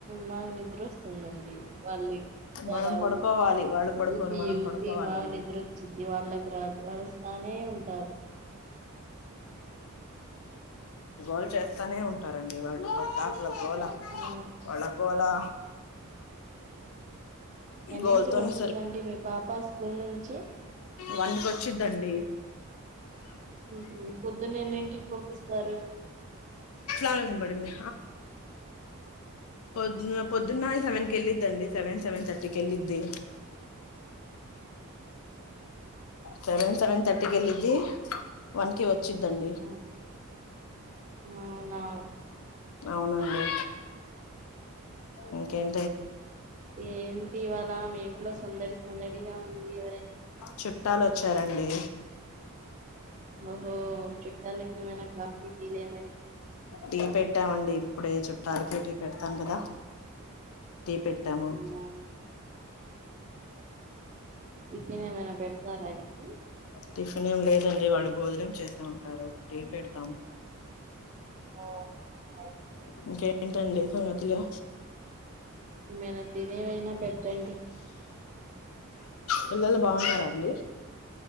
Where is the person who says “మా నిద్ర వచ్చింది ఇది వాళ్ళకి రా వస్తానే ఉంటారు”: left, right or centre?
Right